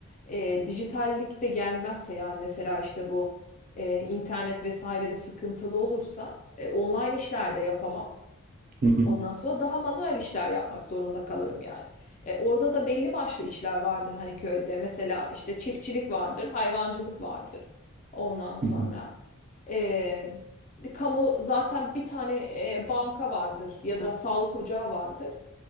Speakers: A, on the left; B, on the right.
A: E, dijitallik de gelmezse yani mesela işte bu e, internet vesairede sıkıntılı olursa e, online işler de yapamam.
B: Hı hı,
A: Ondan sonra daha manuel işler yapmak zorunda kalırım yani. E, orada da belli başlı işler vardır hani köyde. Mesela işte çiftçilik vardır, hayvancılık vardır. Ondan sonra
B: hı hı,
A: e, bir kamu zaten bir tane e, banka vardır ya da sağlık ocağı vardır.